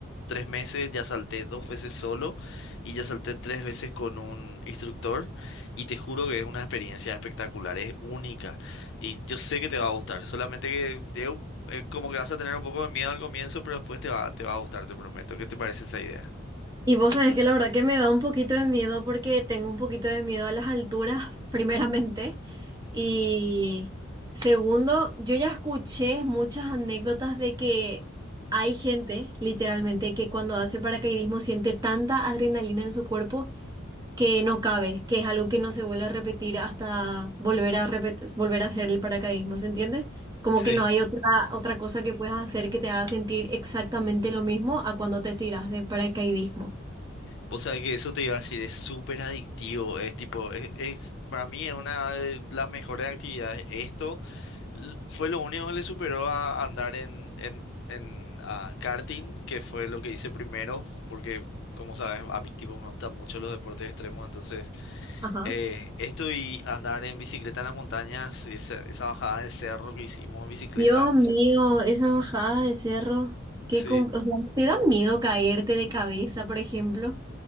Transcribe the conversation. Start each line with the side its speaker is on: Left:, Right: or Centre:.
Left: tres meses, ya salté dos veces solo y ya salté tres veces con un instructor y te juro que es una experiencia espectacular, es única y yo sé que te va a gustar, solamente que es, un- es como que vas a tener un poco de miedo al comienzo, pero después te va, te va a gustar, te prometo. ¿Qué te parece esa idea?
Right: Y vos sabés que la verdad que me da un poquito de miedo porque tengo un poquito de miedo a las alturas, <laughs> primeramente.
Left: Ujú.
Right: Y segundo, yo ya escuché muchas anécdotas de que hay gente, literalmente, que cuando hace paracaidismo siente tanta adrenalina en su cuerpo que no cabe, que es algo que no se vuelve a repetir hasta volver a repet- volver a hacer el paracaidismo, ¿se entiende? Como
Left: Sí.
Right: que no hay otra, otra cosa que puedas hacer que te haga sentir exactamente lo mismo a cuando te tiras de paracaidismo.
Left: Vos sabés que eso te iba a decir, es súper adictivo, es tipo, es, es- para mí es una de las mejores actividades. Esto l- fue lo único que le superó a andar en, en, en ah, karting, que fue lo que hice primero, porque como sabes, a mi tipo me gustan mucho los deportes extremos, entonces
Right: Ajá.
Left: eh, esto y andar en bicicleta en las montañas, esa, esa bajada del cerro que hicimos en bicicleta,
Right: Dios mío,
Left: sí.
Right: esa bajada de cerro, qué
Left: Sí.
Right: com- o sea, ¿no te da miedo caerte de cabeza, por ejemplo?